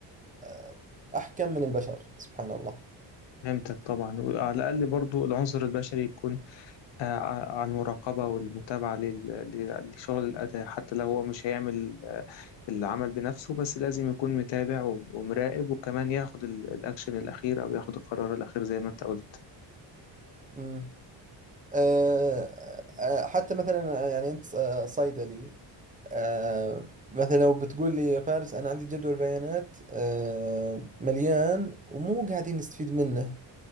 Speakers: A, on the right; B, on the left.
A: آه، أحكم من البشر سبحان الله
B: فهمتك طبعا وعلى الأقل برضو العنصر البشري يكون آه، ع- عن المراقبة والمتابعة لل- ل- لشغل الأداء حتى لو هو مش هيعمل آه، العمل بنفسه بس لازم يكون متابع و- ومراقب وكمان ياخد ال- الأكشن الأخير أو ياخد القرار الأخير زي ما أنت قلت
A: مم. آه، آه، حتى مثلا آه، يعني انت آه، صيدلي آه، مثلا لو بتقول لي يا فارس انا عندي جدول بيانات آه، مليان ومو قاعدين نستفيد منه